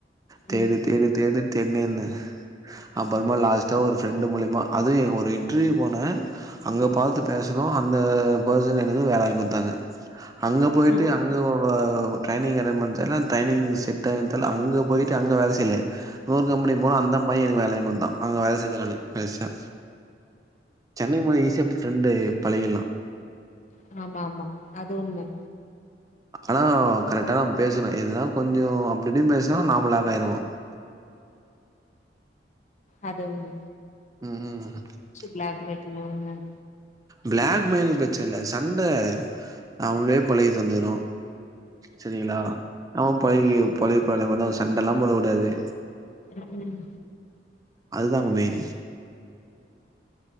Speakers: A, on the right (about 20°); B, on the left (about 40°).
A: தேடு
B: ம்
A: தேடு தேடு தேடினேர்ந்தே அப்றமா லாஸ்ட்டா ஒரு ஃப்ரெண்டு் மூலமா அதுவு ஒரு இன்டிர்யூ போன அங்க பாத்து பேசணோ அந்த பர்சன இது வேலைக்கு வாந்கதாங்க அங்க போயிட்டு
B: ம்
A: அங்க ஒ வ ட்ரைனிங் அட்டண்ட் பண்ணிட்டாலு ட்ரைனி்ங் செட் ஆய்ட்டாலு அங்க போயிட்டு வேல செய்ல இந்நொறு கம்பெனி போன அந்த பைய எதுக்கு வேலகி வந்தா அங்க வேல செஞ்சோ நானு கடைசியா சென்னைக்கு போன ஈசியா ஃப்ரெண்டு பழகில்லா
B: ஆமாம்மாம்மா அது உண்ம
A: ஆனா கரெக்டாதா பேசணு எதுனா கொஞ்சோ அப்டிப்டின்னு பேசுனா நாம லாக்காய்ருவோ
B: அதொன்னு
A: ம்
B: ப்ளாக் மெயில் பண்ணி <unintelligible>
A: பிளாக் மெயிலு ப்ரச்சன இல்ல சண்ட அவளே பழையி தந்துரு செரிங்களா அவே பழகி பழைய பழம எல்லா சண்ட எல்லாம் போடகுடாது
B: உம் உம்
A: அதுதாங்க மெயின்